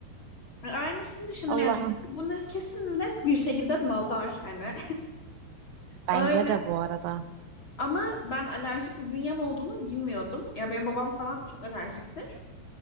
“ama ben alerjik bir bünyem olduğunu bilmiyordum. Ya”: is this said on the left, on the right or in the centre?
Left